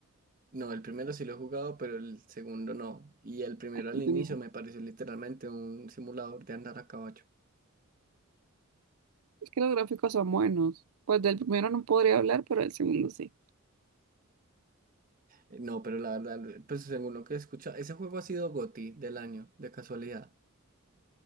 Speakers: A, on the right; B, on the right.
A: No, el primero sí lo he jugado, pero el segundo no. Y el primero al
B: El
A: inicio
B: segundo.
A: me pareció literalmente un simulador de andar a caballo.
B: Es que los gráficos son buenos. Pues del primero no podría hablar, pero del segundo sí.
A: Eh, No, pero la verdad, pues según lo que escucha, ese juego ha sido GOTY del año, de casualidad.